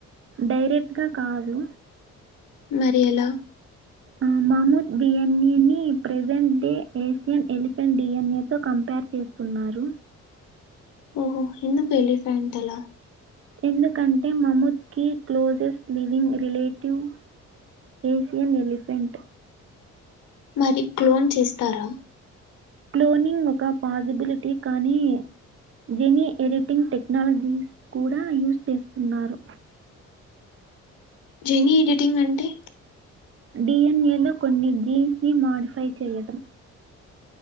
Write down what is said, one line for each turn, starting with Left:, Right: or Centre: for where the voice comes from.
Right: డైరెక్ట్ గా కాదు
Left: మరి ఎలా
Right: అ మమొత్ డిఎన్ఏని ప్రెజెంట్ డే ఏషియన్ ఎలిఫెంట్ డిఎన్ఏతో కంపేర్ చేస్ స్తున్నారు
Left: ఓహో ఎందుకు ఎలిఫ్యాంట్ అలా
Right: ఎందుకంటే మమొత్కి closest living relative Asian elephant
Left: మరి క్లోన్ చేస్తారా
Right: క్లోనింగ్ ఒక పాజిబిలిటీ కానీ జెనీ ఎడిటింగ్ టెక్నాలజీస్ కూడా యూస్ చేస్తున్నారు
Left: జెనీ ఎడిటింగ్ అంటే
Right: డిఎన్ఏ లో కొన్ని జీన్స్ ని మాోడిఫై చేయడం